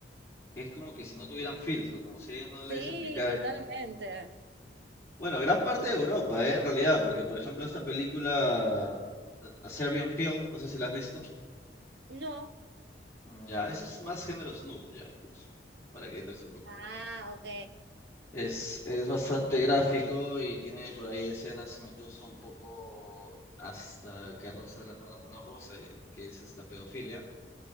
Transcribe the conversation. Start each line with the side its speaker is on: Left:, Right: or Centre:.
Left: Es como que si no tuvieran filtro, como si ellos no les
Right: Sí,
Left: aplicaran...
Right: totalmente.
Left: Bueno, gran parte de Europa, ¿eh? En realidad, porque por ejemplo esta película, A Serbian Film, no sé si la has visto,
Right: No.
Left: Mm. ya, eso es más género snuff, ya, incluso, para que entres un poco
Right: Ah,
Left: con-
Right: ok.
Left: Es, es bastante gráfico y tiene por ahí escenas incluso un poco hasta que rosa, la- bueno, no rosa, eh, que es esta pedofilia.